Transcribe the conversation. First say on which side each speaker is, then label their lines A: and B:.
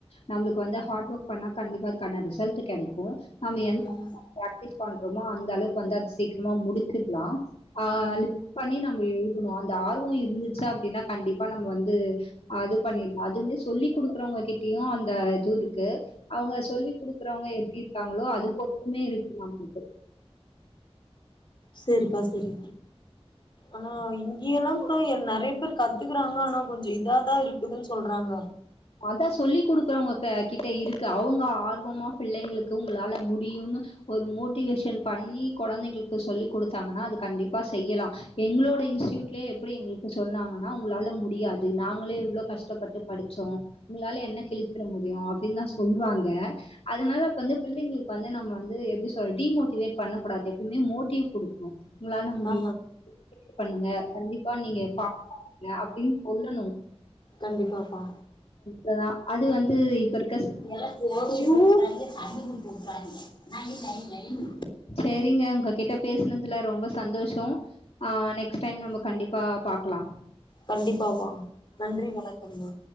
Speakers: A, on the left (about 65°); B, on the left (about 45°).
A: நம்முளுக் வந் த ஹாட் ஒர்க் பண்ணா கண்டிப்பா அதுக்கான ரிசல்ட் கெடைக் க்கு நம்ம
B: ம்
A: எந்த அளவுக்கு வந்து பிராக்டிஸ் பண்றோமோ அந்த அளவுக் வந்து அது சீக்கிரமா முடிச்சிட்லா ஆலு
B: ம்
A: பண்ணினா அங்க எழுதுனு அந்த ஆர்வொ இர்ந்துச்சா அப்டினா கண்டிப்பா நம் வந்து அது பண்ணிட்லா அதுமே சொல்லி குடுக்கறவ்ங்க கிட்யு அந்த இது இருக்கு அவுங்க சொல்லி் குடுக்குறவ்ங்க எப்டி இருக்காங்ளோ அது பொர்த்துன் மே இருக்கு நம்ப்ளுக்கு
B: செரிப்பா செரி அனா இங்கியெல்லா கூட எ நெறைய பேர் கத்துகுறாங்க ஆனா கொஞ்ச இதாதா இருக்குதுன் சொல்றாங்க
A: அதா சொல்லி குடுக்குறவுங்க க கிட்ட இருக்கு அவுங்க ஆர்வமா பிள்ளைங்களுக்கு உங்ளால முடியுனு ஒரு மோட்டிவேஷன் பண்ணி கொழந்தைங்ளுப்ப சொல்லி் குடுத்தாங்கனா அது கண்டிப்பா செய்யலா எங்ளோடயி இன்டியூட்டிலியே எப்பிடி எங்களுக்கு சொன்னாங்கனா உங்களால முடியாது நாங்களே இவ்ளோ கஷ்டப்பட்டு படிச்சோ உங்களால என்ன கிழிச்சிர முடியு அப்டின்தா சொல்வாங்க அதனால அப்ப வந்து பிள்ளைங்களுக் வந்து நம்ம வந்து எப்டி சொல் டிமோட்டிவேட் பண்ண கூடாது எப்பமே மோட்டிவ் குடுக்ணு உங்களால முடியு
B: ஆ
A: பண்ணுங்க கண்டிப்பா நீங்க பா அப்பின் கொல்லணு
B: கண்டிப்பா பா
A: லதா அது வந்து இப்பரு
B: எல தேவை <inaudible> யூ தண்ணி குடிக்க உட்றாதிங்க நை நை நைனு
A: சரிங்க உங்ககிட்ட பேசுனதுல ரொம்ப சந்தோஷ ஆ நெக்ஸ்ட் டைம் நம்ம கண்டிப்பா பாக்கலா
B: கண்டிப்பா மா நன்றி வணக்கம்மா